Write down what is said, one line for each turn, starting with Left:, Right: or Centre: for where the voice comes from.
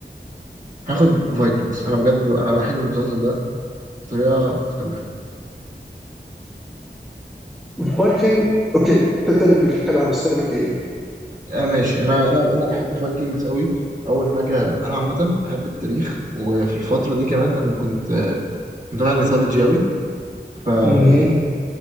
Right: هاخد فايكنجز انا بجد انا بحب المسلسل ده بطريقة متخلفة
Centre: فايكنج <laughs> اوكي ده تاني بيك هتكلم عن بس تاني بيك ايه؟
Right: آه ماشي انا انا انا بحب الفايكنجز قوي اول حاجه انا عامه بحب التاريخ وفي الفتره دي كمان انا كنت آه، متابع الميثولوجي قوي فايه
Centre: مهم.